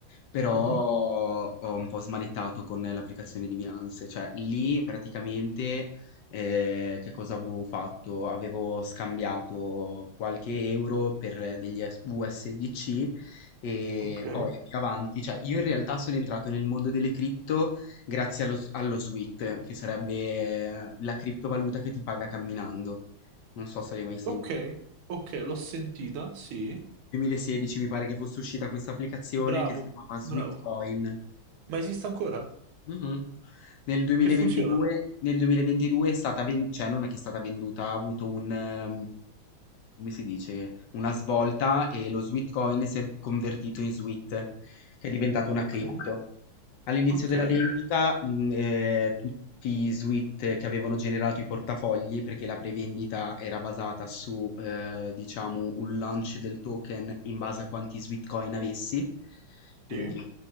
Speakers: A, on the left; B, on the right.
A: però
B: Mhm.
A: ho un po' smanettato con l'applicazione di Binance. Cioè lì praticamente eh, che cosa avevo fatto? Avevo scambiato qualche euro per degli S- USDC e
B: Ok,
A: poi più avanti, cioè io in realtà sono entrato nel mondo delle cripto grazie allo, allo SWIFT, che sarebbe eh, la criptovaluta che ti paga camminando. Non so se l'hai mai sentito.
B: ok, ok, l'ho sentita, sì.
A: 2016 mi pare che fosse uscita questa applicazione
B: Bravo,
A: che si chiamava Sweetcoin.
B: bravo. Ma esiste ancora?
A: Mhm. Nel 2022,
B: E funziona?
A: nel 2022 è stata ven- cioè non è che è stata venduta, ha avuto un, ehm, come si dice, una svolta e lo Sweetcoin si è convertito in Sweet, che è diventato una
B: Ok,
A: cripto. All'inizio
B: ok,
A: della vendita, mh, eh, tutti i suite che avevano generato i portafogli, perché la prevendita era basata su, eh, diciamo, un launch del token in base a quanti suite coin avessi, quindi
B: sì.